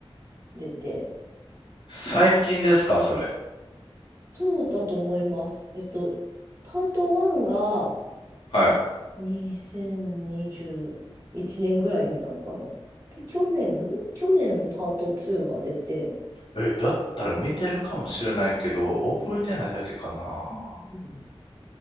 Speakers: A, on the right (about 30°); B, on the left (about 65°).
A: 出て、
B: 最近ですかそれ。
A: そうだと思います。えっと、パート1が
B: はい。
A: 2021年ぐらいに出たのかな。で、去年、去年パート2が出て、
B: え、だったら見てるかもしれないけど、
A: う
B: 覚えてないだけかな。
A: んうん